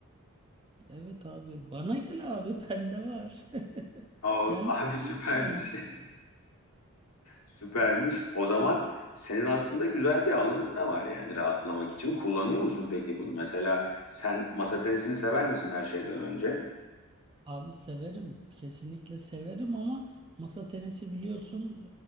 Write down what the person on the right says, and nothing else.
Evet abi bana gel abi bende var. <laughs>
Gelmiyorsun
ki bana.
Abi severim. Kesinlikle severim ama masa tenisi biliyorsun